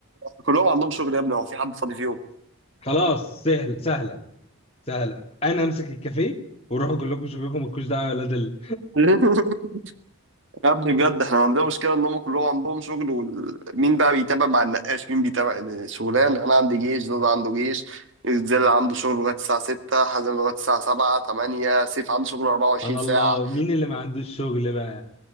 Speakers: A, on the right; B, on the left.
A: كلهم عندهم شغل يا ابني هو في حد فاضي فيهم
B: خلاص سهل سهله سهلة أنا أمسك الكافيه وأروح أقول لكم شوفوا لكم مالكوش دعوة يا ولاد ال-
A: <laughs> يا ابني بجد احنا عندنا مشكله ان هم كلهم عندهم شغل ومين بقى بيتابع مع النقاش مين بيتابع يعني شغلانه انا عندي جيش زوز عنده جيش زل عنده شغل لغايه الساعه 6 حازم لغايه الساعه 7 8 سيف عنده شغل 24
B: سبحان الله
A: ساعه
B: مين اللي ما عندوش شغل بقى